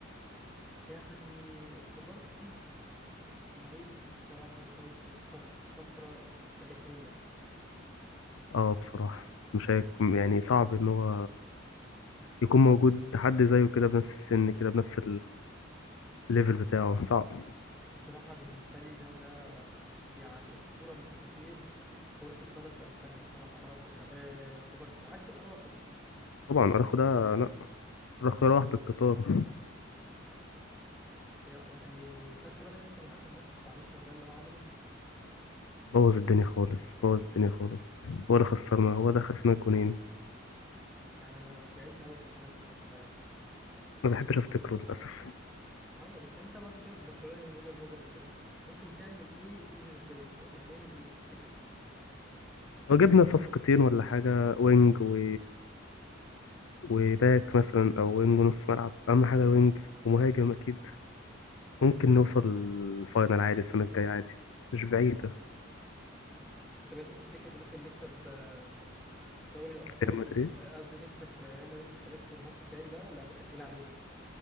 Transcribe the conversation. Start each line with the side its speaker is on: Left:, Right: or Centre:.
Centre: يعني كوبارسي لعيب بصراحه انا شايفه طفره طفره تاريخيه
Left: اه بصراحة مش هيك يعني صعب إن هو يكون موجود حد زيه كده بنفس السن كده بنفس الليفل بتاعه صعب
Centre: بصراحه بالنسبه لي ده ده يعني اسطوره من اساطير كرة القدم في اسبانيا بصراحة اراخو ده آه كوبارسي عكس اراخو
Left: طبعا أراخو ده لا أراخو راح بالقطار
Centre: يا- يعني خدت بالك انت من اخر ماتش بتاع انتر ده اللي هو عمله
Left: بوظ الدنيا خالص بوظ الدنيا خالص هو اللي خسرنا هو دخل فينا الجونين
Centre: يعني انا زعلت قوي خلي بالك من الماتش ده يعني
Left: ما بحبش افتكره للاسف
Centre: ايوه بس انت برضو شايف برشلونة يعني وجهة نظرك كده ممكن تعمل ايه السيزون الجاي يعني هنعمل ايه تفتكر
Left: لو جبنا صفقتين ولا حاجه وينج و... وباك مثلا او وينج ونص ملعب اهم حاجه الوينج ومهاجم اكيد ممكن نوصل الفاينل عادي السنه الجايه عادي مش بعيده
Centre: طب انت تفتكر ممكن نكسب آه، دوري الابطال
Left: ريال مدريد
Centre: آه، قصدي نكسب آه، ريال مدريد في الكلاسيكو الماتش الجاي ده ولا هتبقى تقيل علينا